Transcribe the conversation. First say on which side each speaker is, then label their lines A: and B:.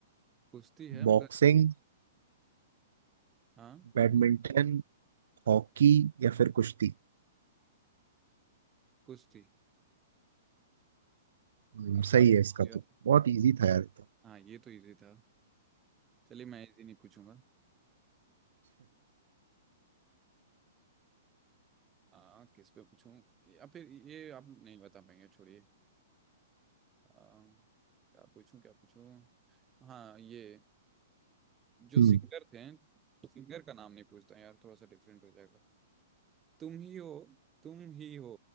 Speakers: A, on the right; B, on the right.
A: कुश्ती है मगर
B: बॉक्सिंग
A: ओके हाँ
B: बैडमिंटन हॉकी या फिर कुश्ती
A: कुश्ती
B: हम्म,
A: अखाड़े
B: सही है
A: में
B: इसका
A: हो गया
B: तो बहुत इजी था यार ये तो।
A: हाँ ये तो इजी था चलिए मैं इजी नहीं पूछूंगा आ, किस पे पूछूं या फिर ये आप नहीं बता पाएंगे छोड़िए आ, क्या पूछूं क्या पूछूं हाँ ये जो
B: हम्म
A: सिंगर थे सिंगर का नाम नहीं पूछता यार थोड़ा सा डिफरेंट हो जाएगा तुम ही हो तुम ही हो